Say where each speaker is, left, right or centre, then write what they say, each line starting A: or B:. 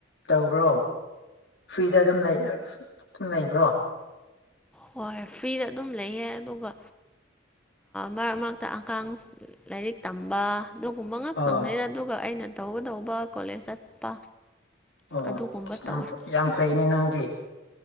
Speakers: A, on the left (about 60°); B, in the centre.
A: ꯇꯧꯕ꯭ꯔꯣ ꯐ꯭ꯔꯤꯗ ꯑꯗꯨꯝ ꯂꯩ ꯑꯗꯨꯝ ꯂꯩꯕ꯭ꯔꯣ
B: ꯍꯣꯏ ꯐ꯭ꯔꯤꯗ ꯑꯗꯨꯝ ꯂꯩꯌꯦ ꯑꯗꯨꯒ ꯃꯔꯛ ꯃꯔꯛꯇ ꯑꯉꯥꯡ ꯂꯥꯏꯔꯤꯛ ꯇꯝꯕ ꯑꯗꯨꯒꯨꯝꯕ ꯉꯥꯛ
A: ꯑꯣ
B: ꯅꯪꯗ ꯑꯗꯨꯒ ꯑꯩꯅ ꯇꯧꯒꯗꯧꯕ ꯀꯣꯂꯦꯖ ꯆꯠꯄ
A: ꯑꯣ
B: ꯑꯗꯨꯒꯨꯝꯕ
A: ꯌꯥꯝ
B: ꯇꯧꯋꯦ
A: ꯌꯥꯝ ꯐꯩꯅꯦ ꯅꯪꯗꯤ